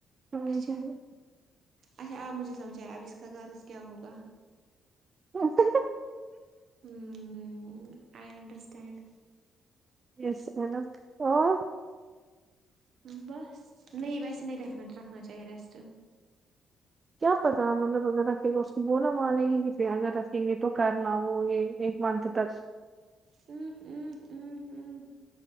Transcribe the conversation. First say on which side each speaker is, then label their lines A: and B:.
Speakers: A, on the right; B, on the right.
A: ہوں،
B: اچھا
A: ہوں۔
B: اچھا آپ مجھے سمجھائے اب اس کا غرض کیا ہوگا
A: <unintelligible>
B: ہوں آئی انڈرسٹینڈ
A: یس ہیلو اور
B: ام بس نہیں ویسے نہیں رکھنا چاہیے ریسٹ
A: کیا پتا مطلب اگر رکھے گا اس کو بولا مانے گی کسیے اگر رکھیں گے تو کرنا وہ یہ منتھ تک
B: ہوں ہوں ہوں ہوں